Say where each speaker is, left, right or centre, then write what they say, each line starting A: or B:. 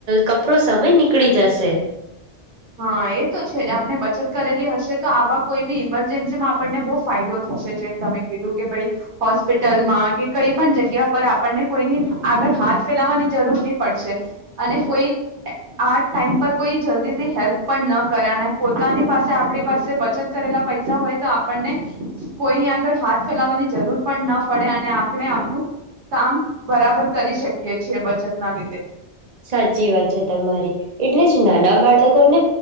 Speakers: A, on the right; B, on the right.
A: કપરો સમય નીકળી જશે
B: હા એ તો છે જ આપણે બચત કરેલી હશે તો આવા કોઈ બી ઈમરજન્સીમાં આપણને બહુ ફાયદો થશે જેમ તમે કીધું કે ભાઈ, હોસ્પિટલમાં કે કઈ પણ જગ્યા પર આપણને કોઈની આગળ હાથ ફેલાવાની જરૂર નહી પડશે અને કોઈ આ ટાઈમ પર કોઈ જલ્દી હેલ્પ પણ ન કરે અને પોતાની પાસે આપણી પાસે બચત કરેલા પૈસા હોય તો આપણને કોઈ આગળ હાથ ફેલાવાની જરૂર પણ ન પડે અને આપણે આપણ કામ બરાબર કરી શકીએ છીએ બચત ના લીધે
A: સાચી વાત છે, તમારી એટલે જ નાના બાળકોને